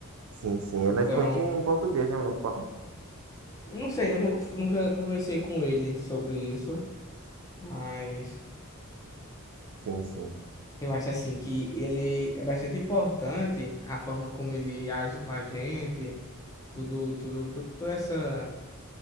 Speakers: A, on the right (about 70°); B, on the left (about 15°).
A: Sim, sim.
B: Então,
A: Ele é fluente em português, é o novo Papa.
B: não sei, nunca, nunca conversei com ele sobre isso, mas
A: Sim, sim.
B: eu acho assim que ele é bastante importante a forma como ele age com a gente, tudo, tudo, tudo, toda essa,